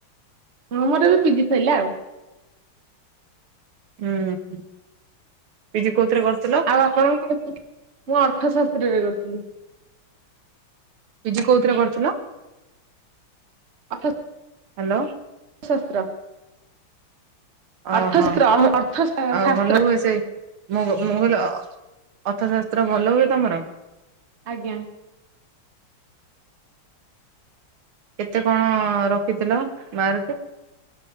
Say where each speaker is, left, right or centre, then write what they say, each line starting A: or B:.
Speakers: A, on the right; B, on the right.
A: ହଁ ମୋର ଏବେ ପିଜି ସରିଲା ଆଉ।
B: ହୁଁ ହୁଁ ପିଜି କୋଉଥିରେ କରୁଥିଲ?
A: ଆଉ ମୁଁ ଅର୍ଥଶାସ୍ତ୍ରରେ କରୁଥିଲି।
B: ପିଜି କୋଉଥିରେ କରୁଥିଲ?
A: <inaudible>
B: ହାଲୋ।
A: ଶାସ୍ତ୍ର।
B: ଓହୋ
A: ଅର୍ଥଶାସ୍ତ୍ର ଅର୍ଥ
B: ଆଉ
A: ଶାସ୍ତ୍ର
B: ଭଲ ହୁଏ ସେ ମୁ ମୁଁ କହିଲି ଅର୍ଥଶାସ୍ତ୍ର ଭଲ ହୁଏ ତମର।
A: ଆଜ୍ଞା।
B: କେତେ କଣ ରଖିଥିଲ ମାର୍କ?